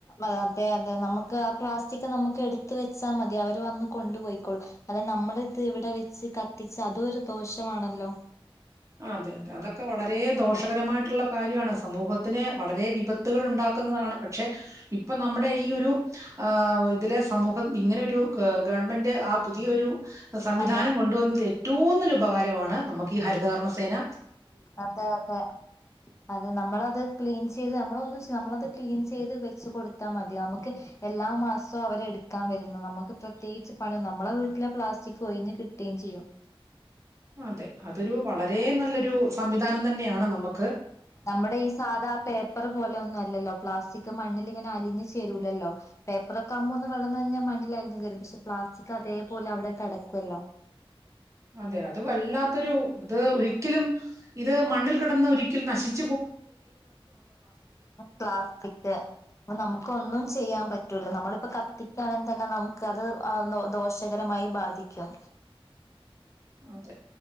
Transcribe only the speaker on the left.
അ അതെ അതെ നമുക്ക് ആ പ്ലാസ് റ്റിക് നമുക്ക് എടുത്ത വെച്ചാ മതി അവര് വന്ന് കൊണ്ടുപോയിക്കോളും അതെ നമ്മള ഇത് ഇവിടെ വെച്ച് കത്തിച്ച് അതും ഒരു ദോഷമാണല്ലോ
അതെ
അതെ അതെ അതെ നമ്മളത് ക്ലീൻ ചെയ്ത് നമ്മള് ഒന്ന്‌ നമ്മളൊന്ന്‌ ക്ലീൻ ചെയ്ത് വെച്ച് കൊടുത്താൽ മതി നമുക്ക് എല്ലാ മാസവും അവരെടുക്കാൻ വരുന്ന്‌ നമുക്ക് പ്രത്യേകിച്ച് പണി നമ്മളെ വീട്ടിലെ പ്ലാസ്റ്റിക് പോയീന്ന് കിട്ടുകയും ചെയ്യും
നമ്മുടെ ഈ സാദാ പേപ്പർ പോലെ ഒന്നും അല്ലല്ലോ പ്ലാസ്റ്റിക് മണ്ണില് ഇങ്ങനെ അലിഞ്ഞു ചേരൂല്ലല്ലോ പേപ്പറൊക്കെ ആവുമ്പൊ ഒന്ന് വെള്ളം നനഞ്ഞാൽ മണ്ണില് അലിഞ്ഞ് ചേരും പക്ഷെ പ്ലാസ്റ്റിക് അതേപോലെ അവിടെ കെടക്കുമല്ലോ
പ്ലാസ്റ്റിക് അപ്പൊ നമുക്ക് ഒന്നും ചെയ്യാൻ പറ്റൂല നമ്മളിപ്പം കത്തിക്കയാണെങ്കിൽ തന്നെ നമുക്കത് ആ ദോഷകരമായി ബാധിക്കും